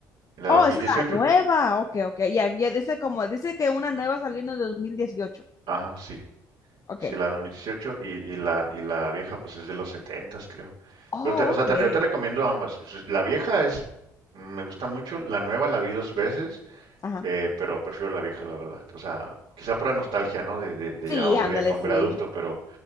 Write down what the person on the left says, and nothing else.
Oh,
es la Sí, sí, sí. nueva. Ok, ok. Ya, ya dice como, dice que una nueva salió en el 2018.
Ok.
Oh,
ok.
Ajá.
Sí,
ándale,
sí.